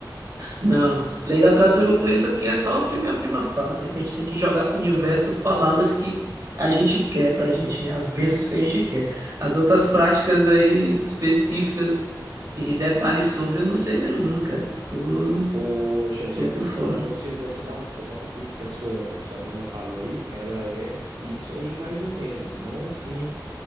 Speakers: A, on the right (about 45°); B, on the right (about 60°).
A: Não, lei da atração que eu conheço aqui é só o que a minha prima fala, né? Que a gente tem que jogar pro universo as palavras que a gente quer pra gente, né? As bênçãos que a gente quer. As outras práticas aí específicas e detalhes sobre, eu não sei nenhuma, cara. Tu
B: Poxa, Jefferson,
A: Tô por fora.
B: então vou te, vou te dar um toque que isso que a sua, sua prima falou aí, ela é isso aí mais ou menos, não assim